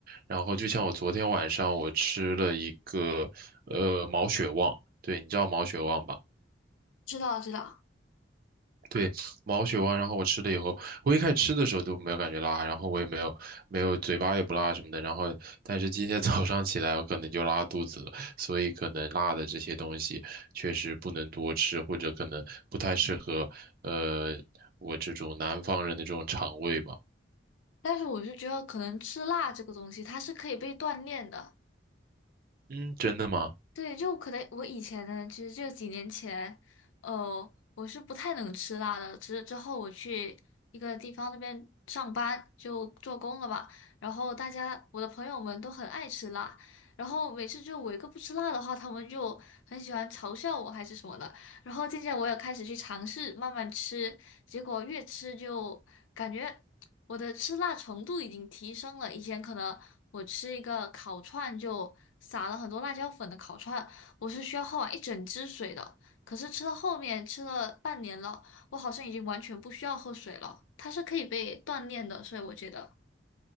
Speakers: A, on the right; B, on the left.
A: 然后就像我昨天晚上我吃了一个，呃，毛血旺，对，你知道毛血旺吧？
B: 知道知道，
A: 对，毛血旺，然后我吃了以后，我一开始吃的时候都没有感觉辣，然后我也没有没有嘴巴也不辣什么的，然后但是今天早上起来我可能就拉肚子了，所以可能辣的这些东西确实不能多吃，或者可能不太适合呃我这种南方人的这种肠胃吧。
B: 但是我是觉得可能吃辣这个东西，它是可以被锻炼的。
A: 嗯，真的吗？
B: 对，就可能我以前呢，其实就几年前，呃，我是不太能吃辣的。之之后我去一个地方那边上班，就做工了吧。然后大家我的朋友们都很爱吃辣，然后每次就我一个不吃辣的话，他们就很喜欢嘲笑我还是什么的。然后渐渐我也开始去尝试慢慢吃，结果越吃就感觉我的吃辣程度已经提升了。以前可能我吃一个烤串就撒了很多辣椒粉的烤串，我是需要喝完一整支水的。可是吃到后面吃了半年了，我好像已经完全不需要喝水了。它是可以被锻炼的，所以我觉得。